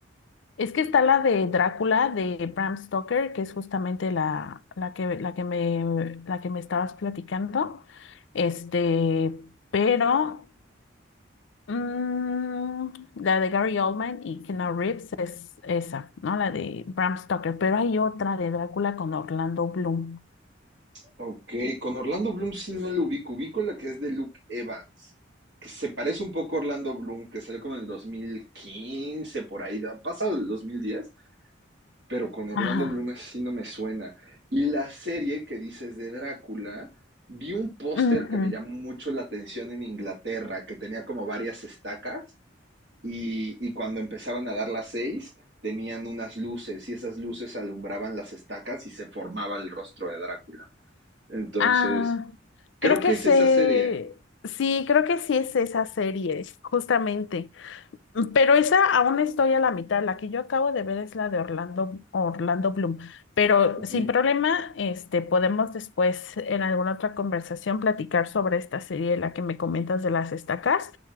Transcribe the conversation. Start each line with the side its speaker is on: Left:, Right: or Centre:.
Left: Es que está la de Drácula de Bram Stoker, que es justamente la, la que, la que me, la que me estabas platicando. Este, pero mm, la de Gary Oldman y Keanu Reeves es esa, ¿no? La de Bram Stoker. Pero hay otra de Drácula con Orlando Bloom.
Right: Ok, con Orlando Bloom sí no lo ubico. Ubico la que es de Luke Evans, que se parece un poco a Orlando Bloom, que salió como en el 2015 por ahí, da- pasado el 2010. pero con Orlando
Left: Ajá.
Right: Bloom así no me suena. Y la serie que dices de Drácula, vi un póster
Left: Ujú.
Right: que me llamó mucho la atención en Inglaterra, que tenía como varias estacas y, y cuando empezaban a dar las seis tenían unas luces y esas luces alumbraban las estacas y se formaba el rostro de Drácula. Entonces,
Left: Ah,
Right: creo
Left: creo que
Right: que es
Left: se,
Right: esa serie.
Left: sí, creo que sí es esa serie, justamente. Pero esa aún estoy a la mitad. La que yo acabo de ver es la de Orlando, Orlando Bloom. Pero
Right: Ujú,
Left: sin problema, este, podemos después en alguna otra conversación platicar sobre esta serie, la que me comentas de las estacas.